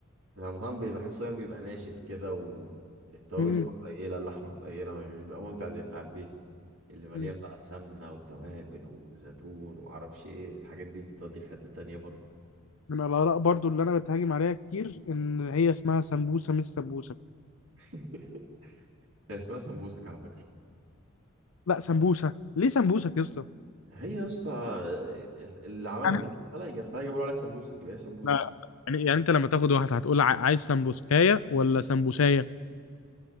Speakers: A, on the right; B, on the left.
A: بتاع المطاعم بي- بحسه دايما بيبقى ناشف كده والتوابل
B: م-
A: فيه قليله اللحمه قليله ما- مش بيبقى ممتع زي بتاع البيت اللي مليان
B: م-
A: بقى سمنه وتوابل وزيتون ومعرفش ايه الحاجات دي بتودي في حته تانيه برضه
B: من الاراء برضو اللي انا بتهاجم عليها كتير ان هي اسمها سمبوسه مش سمبوسه
A: <laughs> هي اسمها سمبوسك على فكرة
B: لا سمبوسه ليه سمبوسك يا اسطى
A: هي يا اسطى ال- اللي عملها
B: يعني
A: مين الخلايا الخلايا بيقولوا عليها سمبوسك يبقى هي سمبوسك
B: إحنا- يعني يعني انت لما تاخد واحد هتقول ع- عايز سمبوسكايه ولا سمبوسايه